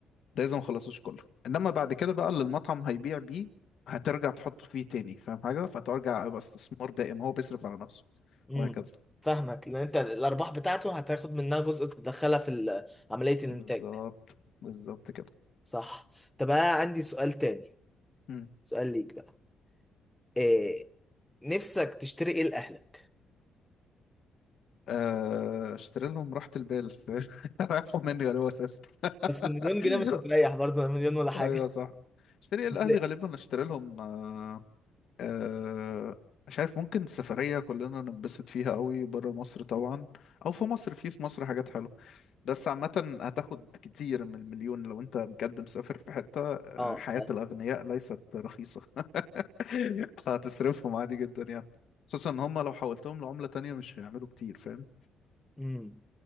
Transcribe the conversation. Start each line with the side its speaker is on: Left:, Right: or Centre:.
Left: ده اذا ما خلصوش كله انما بعد كده بقى اللي المطعم هيبيع بيه هترجع تحط فيه تاني فاهم حاجه فترجع يبقى استثمار دائم هو بيصرف على نفسه
Centre: امم
Left: وهكذا
Centre: فاهمك لان انت الارباح بتاعته هتاخد منها جزء تدخلها في ال- عملية الانتاج
Left: بالظبط بالظبط كده
Centre: صح طب انا عندي سؤال تاني
Left: مم.
Centre: سؤال ليك بقى إيه نفسك تشتري ايه لاهلك
Left: آه، اشتري لهم راحة البال <laughs> رايحوا مني غالبا اسافر
Centre: بس المليون جنيه
Left: <laughs>
Centre: مش هتريح برضه مليون ولا حاجة
Left: ايوه صح اشتري الاهلي
Centre: بس
Left: غالبا اشتري لهم آه، آه، مش عارف ممكن سفرية كلنا ننبسط فيها قوي بره مصر طبعا او في مصر في في مصر حاجات حلوة بس عامة هتاخد كتير من المليون لو انت بجد مسافر في حتة آه،
Centre: اه
Left: حياة
Centre: اه
Left: الأغنياء ليست رخيصة <laughs> فهتصرفهم عادي جدا يعني خصوصا ان هم لو حولتهم لعملة تانية مش هيعملوا كتير فاهم
Centre: امم